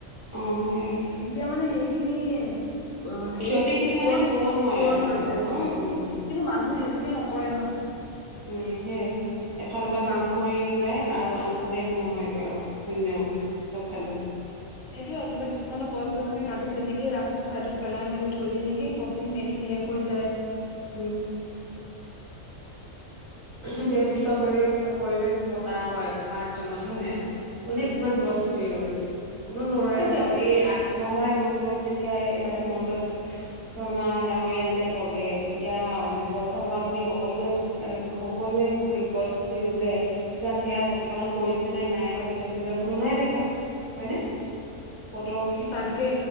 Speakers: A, on the right; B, on the left.
A: অ', সেইয়াই।
B: তেতিয়া মানে সেইখিনি অ', হেৰি
A: ক্ষতি
B: পূৰণ-পূৰণ
A: খিনি মানে পূৰণ হয় আৰু
B: হৈ
A: পূৰ
B: যায়,
A: হয়
B: অ'।
A: উম
B: কিন্তু মানুহে সেইটোকে নকৰে ন?
A: উম, সেয়াই এফালৰ পৰা ধ্বংস
B: কাক
A: কৰি যায় আৰু আনফালে একো নহয়গে আৰু। শূন্য, চবফালে।
B: সেইটোয় আচলতে কিছুমানৰ গছ গছনি কাটি তেনেকে ৰাস্তা চাইডত পেলাই মেলি থৈ দিয়ে নেকি পচি মেলি শেষ হৈ যায়।
A: উম। এতিয়া বিশ্ব পৰিৱেশ-পৰিৱেশ পতা হয় পাঁচ জুনত হয় নাই? কোনে
B: উম
A: কিমান গছ পুলি ৰুৱৈ? কোনে নৰুয়
B: তাকে
A: অকল এই আ মহহায় গোটবোৰত যেতিয়া এইবাৰ হিমন্ত বিশ শৰ্মা ডাঙৰীয়াই যেতিয়া কলে তেতিয়া মানে পইচা নাপাম বুলি সকলোৱে এ সকলোৱে গছ পুলি ৰুলে কিজান সেয়া প্ৰতিপালন কৰিছে নে নাই কৰা পিছৰ খিন কোনো নাই দেখা, হয়নে? ফত'
B: তাকে